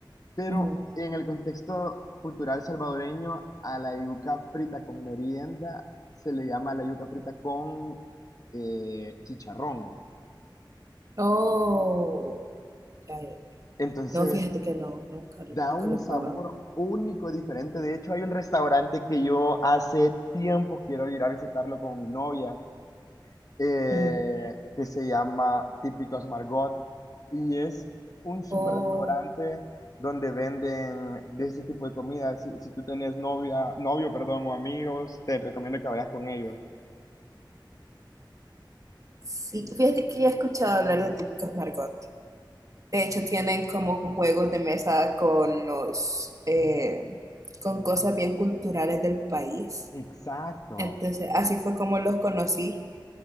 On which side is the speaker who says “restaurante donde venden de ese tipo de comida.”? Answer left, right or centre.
Left